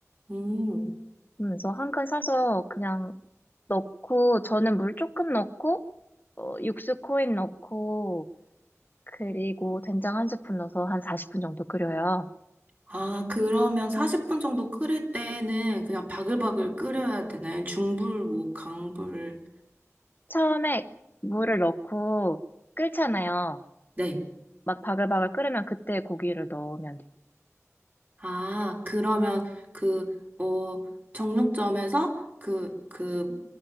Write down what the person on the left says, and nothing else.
음, 그래서 한근 사서 그냥 넣고 저는 물 조금 넣고 어, 육수 코인 넣고 그리고 된장 한 스푼 넣어서 한 40분 정도 끓여요.
처음에 물을 넣고 끓잖아요.
막 바글바글 끓으면 그때 고기를 넣으면 돼요.